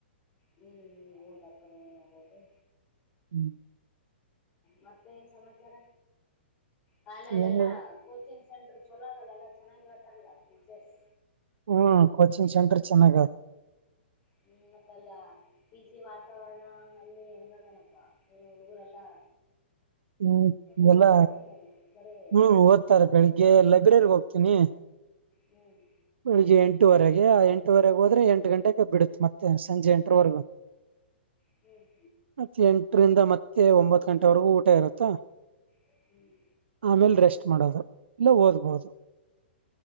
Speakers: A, on the left; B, on the right.
A: ಹ್ಮ್ ಹೋದಾ ಖರೇನ ಅನ್ನೋದು.
B: ಹ್ಮ್.
A: ಮತ್ತೆ ಏನ್ ಸಮಾಚಾರ ಕಾಲ
B: ಹ್ಮ್
A: ಅಲ್ಲೆಲ್ಲಾ ಕೋಚಿಂಗ್. ಸೆಂಟರ್ ಚಲೋ ಅದೆಲ್ಲ ಎಲ್ಲ ಚೆನ್ನಾಗಿರತಾರಲ್ಲ ಟೀಚರ್ಸ್.
B: ಹ್ಮ್ ಕೋಚಿಂಗ್ ಸೆಂಟರ್ ಚೆನ್ನಾಗದು.
A: ಹ್ಮ್ ಮತ್ತ ಅಲ್ಲ ಪಿ ಜಿ ವಾತಾವರಣ ಅಲ್ಲಿ ಹೆಂಗಗದನಪ್ಪ ಏನು ಹುಡುಗರೆಲ್ಲಾ.
B: ಹ್ಮ್
A: ಓದ್ತಾರ
B: ಎಲ್ಲ.
A: ಬರೇ
B: ಹ್ಮ್ ಓದ್ತಾರೆ ಬೆಳಿಗ್ಗೆ ಲೈಬ್ರರಿಗ್ ಹೋಗ್ತೀನಿ
A: ಹ್ಮ್
B: ಬೆಳಗ್ಗೆ ಎಂಟು. ಎಂಟುವರೆಗೆ ಆ ಎಂಟುವರೆಗೆ ಹೋದ್ರೆ ಎಂಟು ಗಂಟೆಗೆ ಬಿಡುತ್ತು ಮತ್ತೆ ಸಂಜೆ ಎಂಟರವರೆಗೂ.
A: ಹ್ಮ್
B: ಮತ್ತ ಎಂಟರಿಂದ ಮತ್ತೆ ಒಂಬತ್ ಗಂಟೆ. ಗಂಟೆ ಇರುತ್ತ
A: ಹ್ಮ್
B: ಆಮೇಲೆ ರೆಸ್ಟ್ ಮಾಡೋದು ಇಲ್ಲ ಓದ್ಬಹುದು.